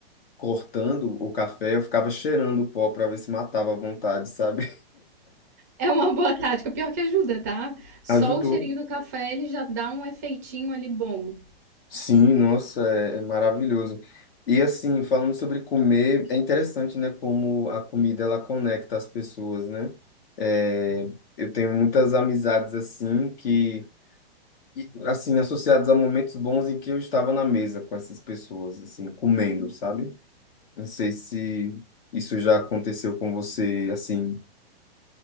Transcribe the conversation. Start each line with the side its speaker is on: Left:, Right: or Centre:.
Left: cortando o café, eu ficava cheirando o pó para ver se matava à vontade, sabe?
Right: É uma boa tática, pior que ajuda, tá? Só
Left: <laughs> Ajudou.
Right: o cheirinho do café, ele já dá um efeitinho ali bom.
Left: Sim, nossa, é, é maravilhoso. E assim, falando sobre comer, é interessante, né, como a comida ela conecta as pessoas, né? É, eu tenho muitas amizades assim que e, assim, associados a momentos bons em que eu estava na mesa com essas pessoas, assim, comendo, sabe? Não sei se isso já aconteceu com você, assim,